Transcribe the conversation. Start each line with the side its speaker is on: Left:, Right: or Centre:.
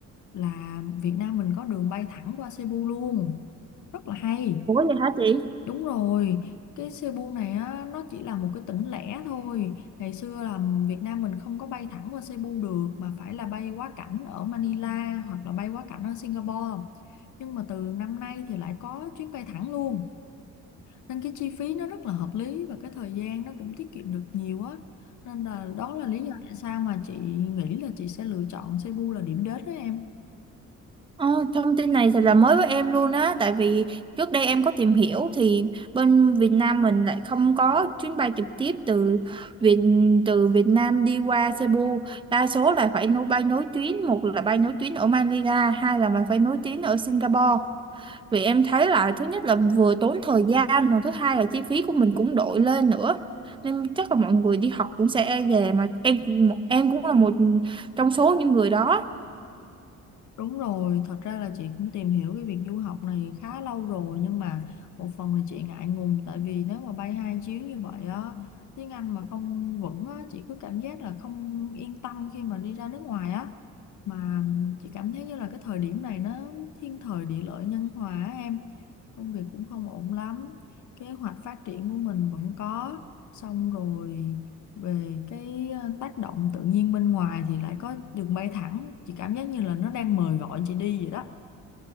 Left: là Việt Nam mình có đường bay thẳng qua Cebu luôn rất là hay
Right: Ủa vậy hả chị?
Left: Đúng rồi, cái Cebu này á, nó chỉ là một cái tỉnh lẻ thôi. Ngày xưa là Việt Nam mình không có bay thẳng qua Cebu được mà phải là bay quá cảnh ở Manila hoặc là bay quá cảnh ở Singapore. Nhưng mà từ năm nay thì lại có chuyến bay thẳng luôn. Nên cái chi phí nó rất là hợp lý và cái thời gian nó cũng tiết kiệm được nhiều á. Nên là đó là lý do tại sao mà chị nghĩ là chị sẽ lựa chọn Cebu là điểm đến đó em.
Right: Ờ, thông tin này thật là mới với em luôn á tại vì trước đây em có tìm hiểu thì bên Việt Nam mình lại không có chuyến bay trực tiếp từ Việt từ Việt Nam đi qua Cebu đa số là phải nối bay nối tuyến một là bay nối tuyến ở Manila hai là mình phải nối tuyến ở Singapore vì em thấy là thứ nhất là vừa tốn thời gian mà thứ hai là chi phí của mình cũng đội lên nữa nên chắc là mọi người đi học cũng sẽ e dè mà em em cũng là một trong số những người đó
Left: Đúng rồi, thật ra là chị cũng tìm hiểu cái việc du học này khá lâu rồi nhưng mà một phần là chị ngại ngùng tại vì nếu mà bay hai chuyến như vậy á, tiếng Anh mà không vững á, chị cứ cảm giác là không yên tâm khi mà đi ra nước ngoài á mà chị cảm thấy như là cái thời điểm này nó thiên thời địa lợi nhân hòa á em công việc cũng không ổn lắm kế hoạch phát triển của mình vẫn có xong rồi về cái ờ, tác động tự nhiên bên ngoài thì lại có đường bay thẳng chị cảm giác như là nó đang mời gọi chị đi vậy đó